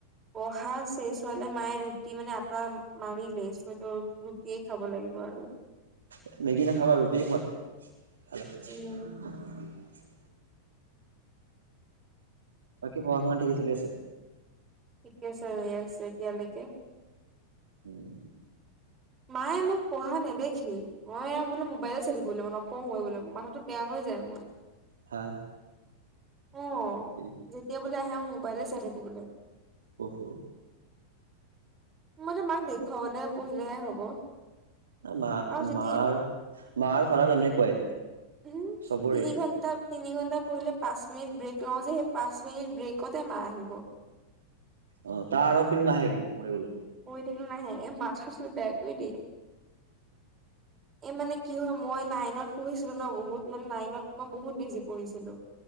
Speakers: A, on the right (about 20°); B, on the right (about 65°).
A: পঢ়া চেই ছোৱালীয়ে মায়ে ৰুটি মানে আটা মাৰিলে ছত ৰুটিয়েই খাব লাগে। দিব আৰু।
B: মেগী নাখাবা ৰুটিয়েই খোৱা
A: উম
B: ভাল। বাকী পঢ়া শুনা ঠিকে চলি আছে।
A: ঠিকেছে ৰৈ আছো এতিয়ালৈকে।
B: উম।
A: মায়ে মোক পঢ়া নেদেখেই মই বোলে মোবাইলে চাই থাকিব বো মানপঢ়োে বোলে মথাটো বেয়া হৈ। য মই।
B: হা।
A: অ
B: এ
A: যেতিয়া বোলে আহে মোবাইলে চাই থাকোবোল।
B: হ হ।
A: মানে মাক দেখুৱাবলে পঢ়িলেহে হব।
B: মা
A: আৰু যেতিয়া
B: মাৰ মাৰ ফালত তেনেকুৱাই।
A: উম
B: চবৰে।
A: তিনি ঘণ্টা। তিনি ঘণ্টা পঢিলে পাঁচ মিনিট ব্ৰেক লওঁ যে সেই পাঁচ মিনিট ব্ৰেকতে মাহ আহিব।
B: অ তাৰ আগত কিন্তু নাহে কিন্তু মৰি গলো।
A: থিল নাহে মাথা চাথা বেয়া কৰি দিয়ে। এই মানে কি হয় মই নাইনত পঢ়িছিলো ন বহুত মানে নাইনত মই বহুত বেছি পঢ়িছিলো।